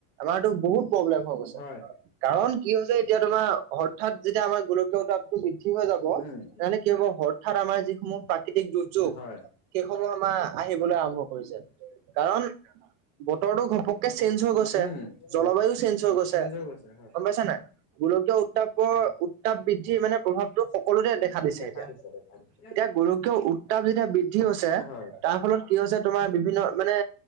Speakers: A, on the right (about 55°); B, on the left (about 65°).
A: আমাৰতো বহুত প্ৰব্লেম হৈ গৈছে।
B: হয়।
A: কাৰণ কি হৈছে, এতিয়া তোমাৰ হঠাৎ যেতিয়া আমাৰ গোলকীয় উত্তাপটো বৃদ্ধি হৈ যাব,
B: উম।
A: জানা নে কি হ'ব হঠাৎ আমাৰ যিসমূহ প্ৰাকৃতিক দুৰ্যোগ,
B: হয়,
A: সেইসমূহ আমাৰ আহিবলৈ আৰম্ভ কৰিছে। কাৰণ বতৰটো ঘপ কে চেঞ্জ হৈ গৈছে,
B: উম, হয়,
A: জলবায়ু চেঞ্জ হৈ গৈছে।
B: চেঞ্জ হৈ গৈছে, হয়।
A: গম পাইছা নাই গোলকীয় উত্তাপৰ উত্তাপ বৃদ্ধিৰ মানে প্ৰভাৱটো সকলোতে দেখা দিছে।
B: দেখা
A: এতিয়া
B: দিছে, দেখা দিছে।
A: এতিয়া গোলকীয় উত্তাপ যেতিয়া বৃদ্ধি হৈছে,
B: হয়।
A: তাৰ ফলত কি হৈছে তোমাৰ বিভিন্ন মানে